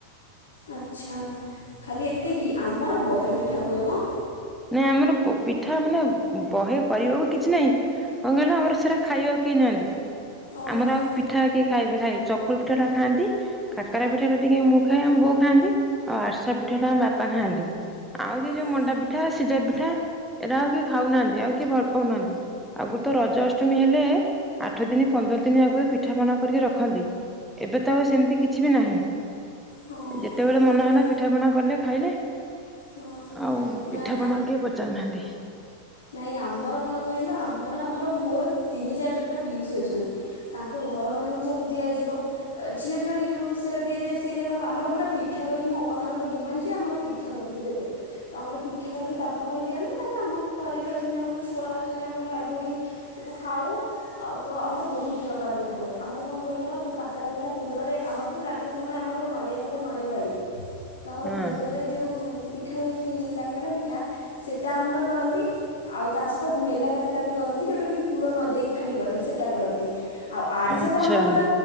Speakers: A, on the left; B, in the centre.
A: ଆଚ୍ଛା ଖାଲି ଏତିକି ଆମର ବହେ ପିଠା ହୁଏ ମ।
B: ନାଇଁ ଆମର ପ ପିଠା ମାନେ ବହେ କରିବାକୁ କିଛି ନାହିଁ କଣ କହିଲ ଆମର ସେରା ଖାଇବାକୁ କେହି ନାହାଁନ୍ତି
A: ଓହୋ
B: ଆମର ଆଉରି ପି ପିଠା କିଏ ଖାଇବେ ଖାଇ ଚକୁଳି ପିଠା ଟା ଖାଆନ୍ତି। କାକରା ପିଠାଟା ଟିକେ ମୁଁ ଖାଏ ଆମ ବୋଉ ଖାଆନ୍ତି ଆଉ ଆର୍ସା ପିଠାଟା ଆମ ବାପା ଖାଆନ୍ତି। ଆଉ ସେ ଯୋଉ
A: ଓ
B: ମଣ୍ଡା ପିଠା ସିଜା ପିଠା ଏରା ଆଉ କିଏ ଖାଉ ନାହାଁନ୍ତି ଆଉ କିଏ ଭଲ ପାଉ ନାହାଁନ୍ତି। ଆଗୁରୁ ତ ରଜ ଅଷ୍ଟମୀ ହେଲେ ଆଠ ଦିନି ପନ୍ଦର ଦିନି ଆଗରୁ ପିଠା ପଣା କରିକି ରଖନ୍ତି। ଏବେ ତ ଆଉ ସେମିତି କିଛି ବି ନାହିଁ।
A: ହଁ
B: ଯେତେବେଳେ
A: ଠିକ
B: ମନ
A: କଥା।
B: ହେଲା ପିଠା ପଣା କଲେ ଖାଇଲେ
A: ହଁ
B: ଆଉ
A: ନା
B: ପି
A: ନା
B: ଆଉ କେହି ପଚାରୁ ନାହାଁନ୍ତି।
A: ନାଇଁ ଆମର କଣ କହିଲ ଆମର ଆମର ମୋର ତିନି ଚାରି ଜଣ ପିଉସି ଅଛନ୍ତି। ତାଙ୍କ ଘର ମାନଙ୍କୁ ସବୁ ଦିଆଯିବ। ଝିଅ ଝିଆଣି ଯଉ ସେରା ଦିଆଯାଏ ସେଇରା ତାଙ୍କ ଆମର ପୁରା ପିଠା କରିକି ମୋ ଆପା ମାନଙ୍କ ଡିମାଣ୍ଡ୍ ଯେ ଆମର ପି ପିଠା କରିକି ଦେବେ ତ ଆମର ପିଠା କରିକି ତାଙ୍କ ପାଇଁ ଦିଅନ୍ତି ତାପରେ ଆମ ଘରେ ବି ଅଛନ୍ତି ଆମର ଛୁଆ ଅଛନ୍ତି ଆମେ ଭାଇ ଭଉଣୀ ସବୁ ଖାଉ ଆଉ ତ ଆମର ବହୁତ୍ ପ୍ରକାର ପିଠା ହୁଏ ଆମର କଣ କହିଲ ଯୋ କାକରା ପିଠା ପୁରରେ ଆମର ତ ଜାଣିଥିବ ତମେ ଆମର ନଡିଆ ପୁର ନଡିଆ ବାଡି। ତ ଆମର
B: ହଁ
A: ପୁରରେ ଯୋଉ ପିଠା ହୁଏନି କାକରା ପିଠା ସେଟା ଆମର କରନ୍ତି ଆଉ ତା ସହିତ ମେଲା କାକରା ବି କରନ୍ତି ଯୋଉଟାରେ କି ପୁରା ନ ଦେଇକି ଖାଲି କରନ୍ତି ସେଟା କରନ୍ତି। ଆଉ ଆରିସା
B: ଆଚ୍ଛା
A: ତ ଆମର ପୁରା